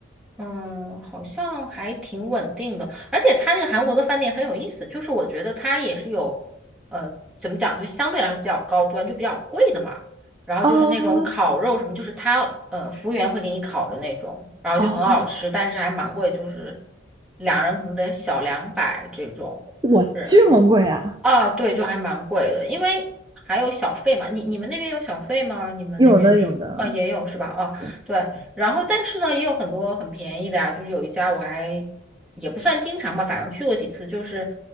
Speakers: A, in the centre; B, on the right (about 20°).
A: 嗯，好像还挺稳定的。而且他那个韩国的饭店很有意思，就是我觉得它也是有，呃，怎么讲，就相对来说比较高端，就比较贵的嘛。然后就是那种烤肉什么，
B: 啊
A: 就是他呃服务员会给你烤的那种，然后就很好吃，
B: 哦，
A: 但是还蛮贵，就是两人可能得小两百这种。
B: 我这么贵啊？
A: 是，啊，对，就还蛮贵的，因为还有小费嘛。你你们那边有小费吗？你们那边吃，
B: 有的，有的，
A: 呃，也有是吧？啊，
B: 对，
A: 对。然后，但是呢，也有很多很便宜的呀。就是有一家我还也不算经常吧，反正去过几次，就是